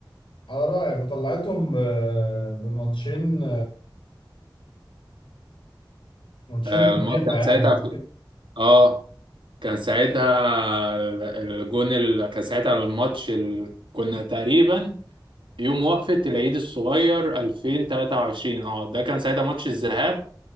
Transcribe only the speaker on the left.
على رأيك وطلعتهم ب- بماتشين ماتشين
فضيحة
يعني